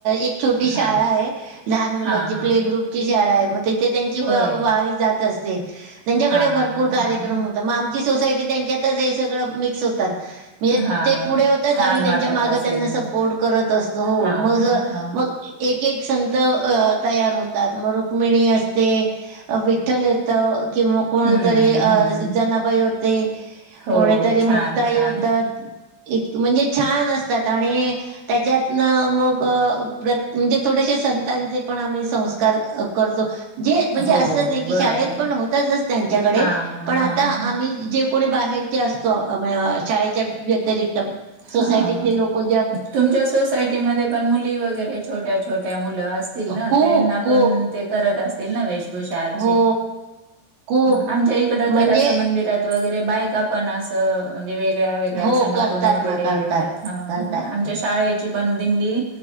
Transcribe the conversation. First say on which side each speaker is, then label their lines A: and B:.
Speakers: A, on the right (about 85°); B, on the right (about 55°).
A: एक छोटी शाळा
B: हां
A: ये, लहान मुलांची
B: हां हां
A: प्ले ग्रुपची शाळाये मग ती ते त्यांची
B: होय.
A: व वारी जात असते, त्यांच्याकडे
B: हां
A: भरपूर कार्यक्रम
B: हां हां.
A: म आमची सोसायटी त्यांच्यातच हे सगळं मिक्स होतात, म्हजे
B: हां
A: ते पुढे तात.
B: छान
A: आम्ही त्यांच्या
B: वाटत
A: माग
B: असेल
A: त्यांना सपोर्ट
B: मग
A: करत असतो, हो.
B: हां हां.
A: मग एक एक अ संत तयार होतात, मग रुक्मिणी असते. विठ्ठल येतो, किं म कोनोतरी
B: हं,
A: अ
B: हं.
A: जनाबाई होती,
B: हो
A: कोणीतरी
B: छान,
A: मुक्ताई
B: छान.
A: होत. म्हणजे छान असतात, आणि त्याच्यातन मग, प्रत् म्हणजे, थोडेशे संतांचे पण, आम्ही संस्कार करतो. जे, म्हणजे
B: हो
A: असं नही की,
B: बरोबर
A: शाळेत
B: आहे.
A: पण होतातच त्यांच्याकडे,
B: हां,
A: पण आता
B: हां, हां.
A: आम्ही जे कोणी बाहेरचे असतो, शाळेच्या व्यतिरिक्त,
B: हां.
A: सोसायटीतले लोकं
B: तुमच्या सोसायटीमध्ये पण, मुली वगैरे छोट्या- छोट्या मुलं असतील ना,
A: खूप
B: त्यांना
A: खूप
B: पण ते करत असतील ना, वेशभूषा आज,
A: हो खूप
B: आमच्या इकडं
A: म्हणजे
B: तर, असं मंदिरात वगैरे, बायका पण असं, म्हणजे वेगळ्या-वेग गळ्या
A: हो
B: असं नटून
A: करतात
B: वगैरे
A: ना करतात
B: येतात, हं
A: करतात
B: आमच्या
A: ना
B: शाळे ची पण दिंडी,